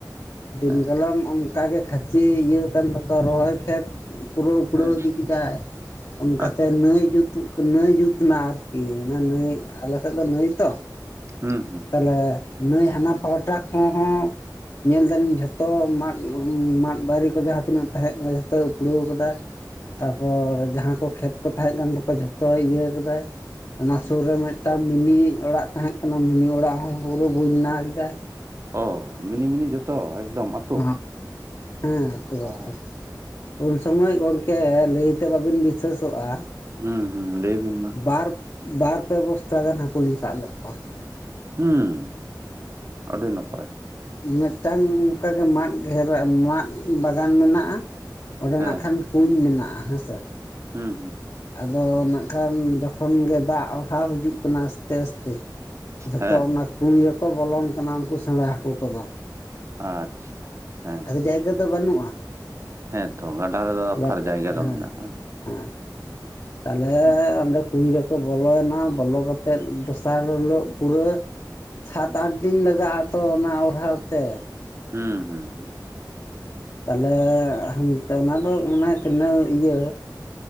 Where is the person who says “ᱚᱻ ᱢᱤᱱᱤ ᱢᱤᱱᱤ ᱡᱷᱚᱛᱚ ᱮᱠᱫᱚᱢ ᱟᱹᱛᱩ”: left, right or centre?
Right